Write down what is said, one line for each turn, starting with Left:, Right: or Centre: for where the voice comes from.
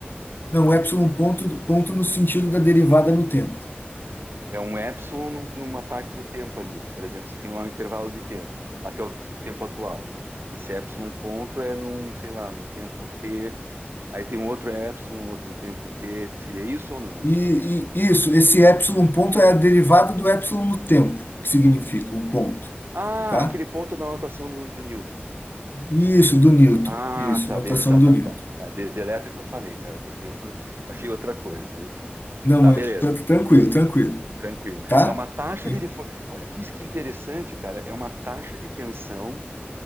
Left: Não, o epsilon ponto, ponto no sentido da derivada no tempo.
Right: É um epsilon num- numa parte do tempo ali. Por exemplo, você tem lá um intervalo de tempo, até o t- tempo atual. Esse epsilon ponto é num, sei lá, num tempo t. Aí tem um outro epsilon, outro tempo t. Seria isso ou não?
Left: E, e isso, esse epsilon ponto é a derivada do epsilon no tempo, que significa o ponto,
Right: Ah,
Left: tá?
Right: aquele ponto da notação do, do Newton.
Left: Isso, do Newton.
Right: Ah,
Left: Isso,
Right: tá,
Left: notação
Right: beleza, tá,
Left: do
Right: tá,
Left: Newton.
Right: tá. tá de, deleta o que eu falei, cara, porque eu <laughs> achei outra coisa, enfim.
Left: Não,
Right: Tá,
Left: mas
Right: beleza,
Left: tá tranquilo, tranquilo,
Right: tranquilo.
Left: tá?
Right: É uma taxa
Left: E-
Right: de... defo- Olha que, isso que é interessante, cara. É uma taxa de tensão